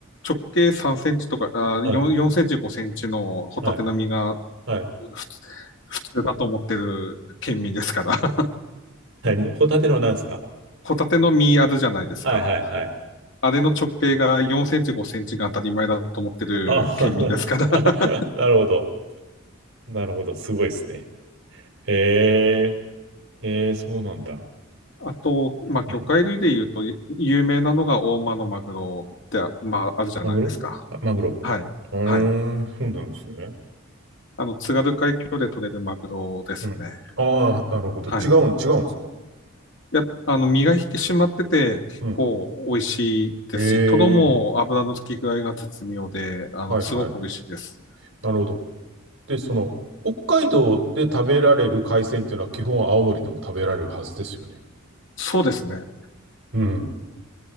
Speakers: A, on the left; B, on the right.
A: 直径3センチとか、あ、
B: はい、
A: 4、4センチ、5センチのホタテの身が
B: はい、はい。
A: ふつ普通だと思ってる県民ですから。<laughs>
B: 何ホタテのなんですか
A: ホタテの身あるじゃないですか。
B: はい、はい、はい。
A: あれの直径が4センチ、5センチが当たり前だと思ってる県民ですから。
B: ああ、
A: <laughs>
B: <laughs> なるほど。なるほど。すごいですね。へえ、へえ、そうなんだ。
A: あと、まあ、魚介類で言うと、
B: うん。
A: 有名なのが大間のマグロって、まあ、あるじゃないですか。
B: マグロあ、マグロ。
A: はい。
B: あ
A: はい。
B: あ、そうなんですね。
A: あの、津軽海峡で取れるマグロですね。
B: うん。ああ、なるほど。
A: はい。
B: 違うん、違うんですか。
A: やっあの、身が引き締まってて、結構美味しいですし、
B: うん。え
A: トロも油の付き具合が絶妙で、
B: え、
A: あの、
B: はいはい。
A: すごく美味しいです。
B: なるほど。で、その、北海道で食べられる海鮮っていうのは基本青森でも食べられるはずですよね。
A: そうですね。
B: うん。